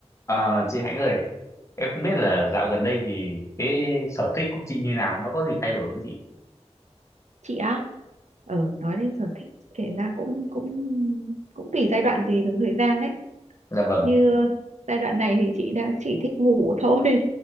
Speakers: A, on the left; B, on the right.
A: Ờ, chị Hạnh ơi, em không biết là dạo gần đây thì cái sở thích của chị như nào, nó có gì thay đổi không chị?
B: chị á ờ nói đến sở thích kể ra cũng cũng cũng tùy giai đoạn tùy từng thời gian đấy
A: Dạ vâng.
B: như giai đoạn này thì chị đang chỉ thích ngủ thôi